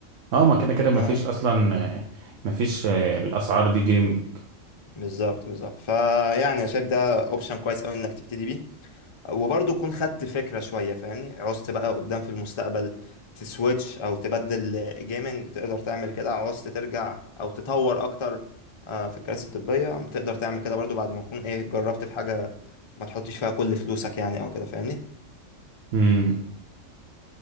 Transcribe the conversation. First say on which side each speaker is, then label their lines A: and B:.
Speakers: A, on the right; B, on the left.
A: اه ما كده كده مفيش
B: اه
A: اصلا آه، مفيش آه، بالاسعار دي جيمنج
B: بالظبط بالظبط فيعني انا شايف ده اوبشن كويس قوي انك تبتدي بيه وبرضه تكون خدت فكره شويه فاهمني عوزت بقى قدام في المستقبل تسويتش او تبدل جيمنج تقدر تعمل كده عوزت ترجع او تطور اكتر آه، في الكراسي الطبيه تقدر تعمل كده برضه بعد ما تكون ايه جربت في حاجه ما تحطش فيها كل فلوسك يعني او كده فاهمني
A: امم